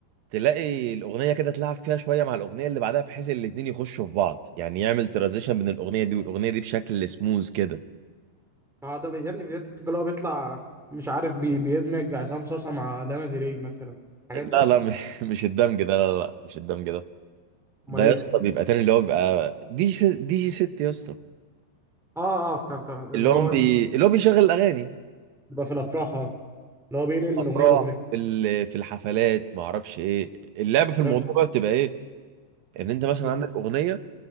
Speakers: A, on the right; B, in the centre.
A: تلاقي الاغنيه كده تلعب فيها شويه مع الاغنيه اللي بعدها بحيث الاتنين يخشوا في بعض يعني يعمل ترانزيشن بين الاغنيه دي والاغنيه دي بشكل سموز كده
B: اه ده بي- يا ابني فيديوهات تيك توك اللي هو بيطلع مش عارف بي... بيدمج عصام صاصا مع لانا ديري مثلا الحاجات
A: لا
B: دي
A: لا م- <laughs> مش الدمج ده لا لا مش الدمج ده
B: امال
A: ده يا
B: ايه
A: اسطى بيبقى تاني اللي هو بيبقى دي جي دي جي ست يا اسطى
B: اه اه طب طب اللي
A: اللي
B: هو
A: هو بي...
B: ال-
A: اللي هو بيشغل الاغاني
B: بيبقى في الافراح اه اللي هو بينقل
A: افراح
B: من اغنيه لاغنيه
A: في ال- في الحفلات ما اعرفش ايه اللعبه في الموضوع
B: فاهم
A: بقى بتبقى ايه ان انت مثلا
B: ايه
A: عندك اغنيه